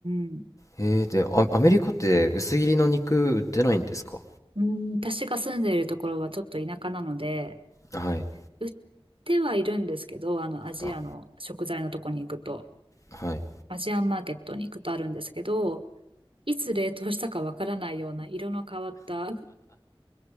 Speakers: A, on the right (about 65°); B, on the left (about 35°).
A: んうん。
B: えー、で、あアメリカって薄切りの肉売ってないんですか
A: うん、私が住んでいるところはちょっと田舎なので、
B: はい。
A: 売ってはいるんですけど、あの、アジアの食材のとこに行くと、
B: あ、はい。
A: アジアンマーケットに行くとあるんですけど、いつ冷凍したかわからないような色の変わった <laughs>